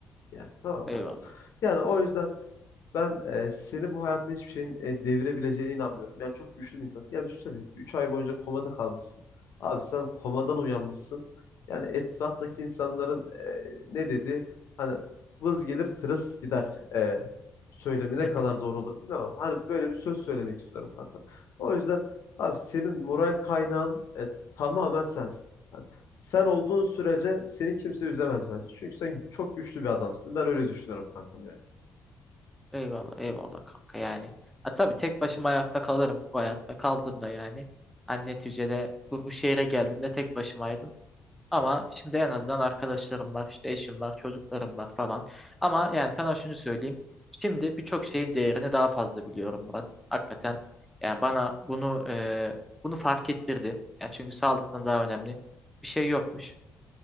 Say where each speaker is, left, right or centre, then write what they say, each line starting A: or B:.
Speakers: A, on the left (about 60°); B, in the centre.
A: Yani tamam
B: Eyvallah.
A: kanka. Yani o yüzden ben e, seni bu hayatta hiçbir şeyin e, devirebileceğine inanmıyorum. Yani çok güçlü bir insansın. Yani düşünsene 3 ay boyunca komada kalmışsın. Abi sen komadan uyanmışsın. Yani etraftaki insanların e, ne dedi? Hani vız gelir tırıs gider e, söylemi ne
B: Hı hı.
A: kadar doğru olur bilmiyorum. ama Hani böyle bir söz söylemek istiyorum kanka. O yüzden abi senin moral kaynağın e, tamamen sensin. Yani sen olduğun sürece seni kimse üzemez bence. Çünkü sen çok güçlü bir adamsın. Ben öyle düşünüyorum kankam yani.
B: Eyvallah, eyvallah kanka yani. Ha, tabii tek başıma ayakta kalırım bu hayatta. Kaldım da yani. Hani neticede bu, bu şehre geldiğimde tek başımaydım. Ama şimdi en azından arkadaşlarım var, işte eşim var, çocuklarım var falan. Ama yani sana şunu söyleyeyim. Şimdi birçok şeyin değerini daha fazla biliyorum Murat. Hakikaten yani bana bunu e, bunu fark ettirdi. Ya çünkü sağlıktan daha önemli bir şey yokmuş.